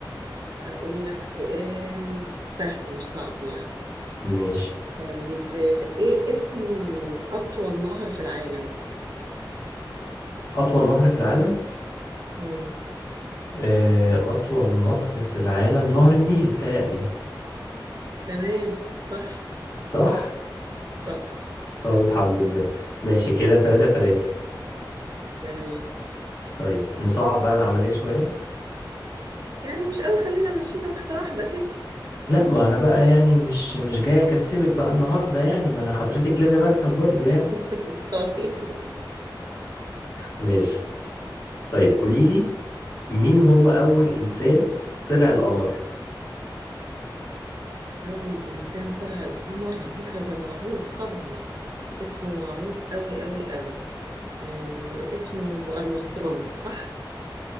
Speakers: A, on the right; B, on the left.
A: أقول لك سؤال سهل مش صعب يعني
B: ماشي
A: طيب آه، إيه اسم أطول نهر في العالم؟
B: أطول نهر في العالم
A: مم.
B: آه، أطول نهر في العالم نهر النيل بتهيألي
A: تمام صح
B: صح؟
A: صح
B: طب الحمد لله ماشي كده
A: مم.
B: تلاتة تلاتة
A: تمام
B: طيب نصعب بقى العملية شوية
A: يعني مش قوي خلينا مشينا واحدة واحدة كده
B: لا ما أنا بقى يعني مش مش جاي أكسبك بقى النهاردة يعني ما أنا حضرتك لازم أكسب برضو يعني
A: <laughs> طيب
B: ماشي طيب قوليلي مين هو أول إنسان طلع القمر
A: أول إنسان طلع القمر على فكرة ده معروف طبعا اسمه معروف قوي قوي قوي آه اسمه أرمسترونج صح؟